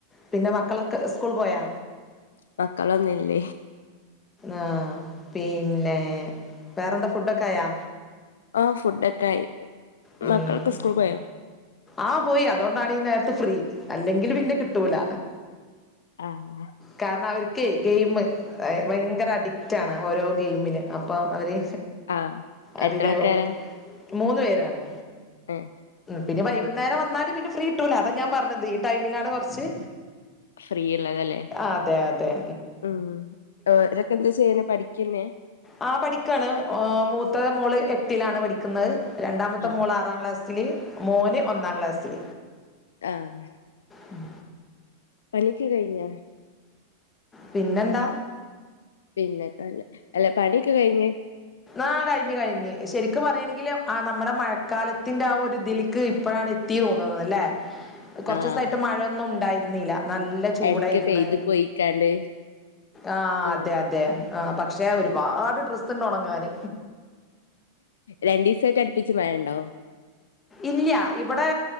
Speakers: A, on the left; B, on the left.
A: പിന്നെ മക്കളൊക്കെ സ്കൂൾ പോയാ
B: മക്കളൊന്നും ഇല്ല
A: ആഹ് പിന്നെ വേറെന്താ ഫുഡൊക്കെ ആയാ
B: ആഹ് ഫുഡൊക്കെ ആയി
A: ഉം
B: മക്കളൊക്കെ സ്കൂൾ പോയോ
A: ആഹ് പോയി അതോണ്ടാണ് ഈ നേരത്ത് ഫ്രീ അല്ലെങ്കിൽ പിന്നെ കിട്ടൂല.
B: ആഹ്
A: കാരണം അവർക്ക് ഗെയിമ് ഭയങ്കര അഡിക്റ്റാണ് ഓരോ ഗെയിമിന് അപ്പം അവര്
B: ആഹ്
A: അതിനകം
B: എത്ര ആൾക്കാരാ
A: മൂന്ന് പേരാണ്.
B: ഏഹ്
A: പിന്നെ വൈകുന്നേരം വന്നാല് പിന്നെ ഫ്രീ കിട്ടൂല അതാ ഞാൻ പറഞ്ഞത് ഈ ടൈമിലാണ് കുറച്ച്
B: ഫ്രീള്ളതല്ലേ
A: അതെ അതെ
B: ഉം ഓരോക്കെ എന്താ ചെയ്യുന്നേ പഠിക്കന്നേ?
A: ആഹ് പഠിക്കാണ് മൂത്ത മോള് എട്ടിലാണ് പഠിക്കുന്നത് രണ്ടാമത്തെ
B: ആഹ്
A: മോൾ ആറാം ക്ലാസ് ൽ മോന് ഒന്നാം ക്ലാസ്സിൽ.
B: ആഹ്
A: ഉം
B: പണിയൊക്കെ കഴിഞ്ഞോ
A: പിന്നെന്താ?
B: പിന്നെന്താ അല്ല പണിയൊക്കെ കഴിഞ്ഞോ
A: ആഹ് കഴിഞ്ഞ് കഴിഞ്ഞു ശരിക്കും പറയാണെങ്കിൽ ആ നമ്മുടെ മഴക്കാലത്തിന്റെ ആ ഒരു ഇത്ൽക്ക് ഇപ്പോഴാണ് എ ത്തീ തോന്നുന്നല്ലേ? കുറച്ച്
B: ആഹ്
A: ദിവസായിട്ട് മഴൊന്നും ഉണ്ടായിരുന്നില്ല. നല്ല ചൂടായിര്ന്ന്
B: എടക്ക് പെയ്ത് പോയിക്കാണ്ട്
A: ആഹ്
B: ഉം
A: അതെ അതെ പക്ഷേ ഒരുപാട് ഡ്രസ്സ്ണ്ട് ഉണങ്ങാന്.
B: രണ്ട് ദിവസായിട്ട് അടുപ്പിച് മഴണ്ടോ?
A: ഇല്ല ഇവിടെ